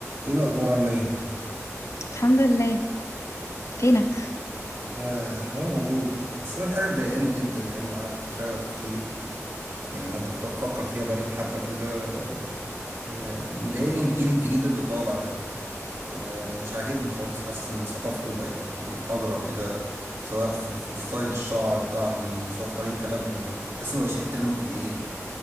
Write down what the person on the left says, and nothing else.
الحمد لله فينك